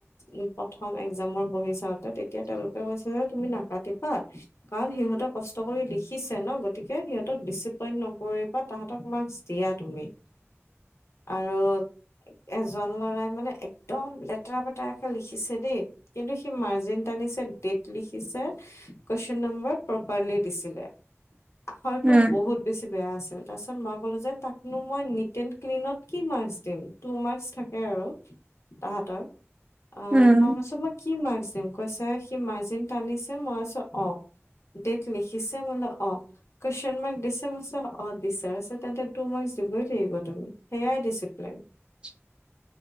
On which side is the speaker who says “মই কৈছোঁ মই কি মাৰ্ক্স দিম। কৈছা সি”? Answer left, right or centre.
Left